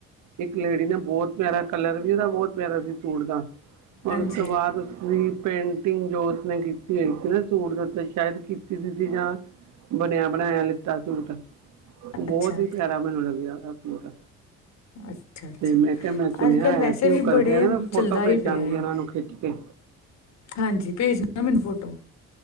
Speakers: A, on the right (about 75°); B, on the left (about 65°).
A: ਇੱਕ ਲੇਡੀ ਨੇ ਬਹੁਤ ਪਿਆਰਾ ਕਲਰ ਵੀ, ਉਦਾ ਬਹੁਤ ਪਿਆਰਾ ਸੀ ਸੂਟ ਦਾ ਉਸ
B: ਹਾਂਜੀ
A: ਤੋਂ ਬਾਅਦ ਉਸਦੀ ਪੇਟਿੰਗ ਜੋ ਉਸਨੇ ਕੀਤੀ ਹੋਈ ਸੀ ਨਾ ਸੂਟ ਦਾ ਤਾਂ ਸ਼ਾਇਦ ਕੀਤੀ ਸੀ ਜਾਂ, ਬਣਿਆ ਬਣਾਇਆ ਲਿੱਤਾ ਸੂਟ, ਬਹੁਤ
B: ਅੱਛਾ
A: ਹੀ ਪਿਆਰਾ ਮੈਨੂੰ ਲੱਗਿਆ ਉਦਾ ਸੂਟ।
B: ਅੱਛਾ ਅੱਛਾ
A: ਤੇ ਮੈਂ ਕਿਹਾ ਮੈਂ ਸੁਣਿਆ
B: ਅੱਜ ਕੱਲ੍ਹ
A: ਹੋਇਆ
B: ਵੈਸੇ
A: ਸੀ
B: ਵੀ
A: ਉਹ ਕਰਦੇ
B: ਬੜੇ
A: ਨੇ ਮੈਂ
B: ਚੱਲਦਾ
A: ਫੋਟੋ ਭੇਜਾਂਗੀ
B: ਹੀ ਪਿਆ ਹੈ
A: ਇਹਨਾਂ ਨੂੰ ਖਿੱਚ ਕੇ।
B: ਹਾਂਜੀ! ਭੇਜ ਦੇਣਾ ਮੈਨੂੰ ਫੋਟੋ।